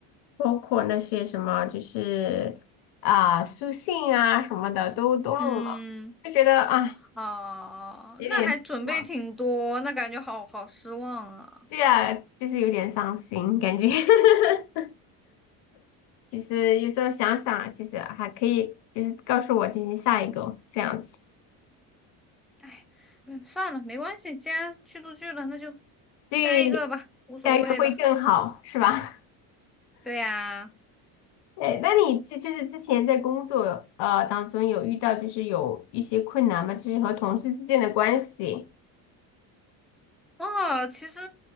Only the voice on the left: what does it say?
包括那些什么，就是啊、书信啊什么的都都弄了，
就觉得啊
有点失望，
对啊，就是有点伤心感觉。<laughs> 其实有时候想想，其实还可以，就是告诉我进行下一个这样子，
对，
下一个会更好，是吧？
<laughs> 哎，那你这就是之前在工作呃当中有遇到就是有一些困难吗？就是和同事之间的关系？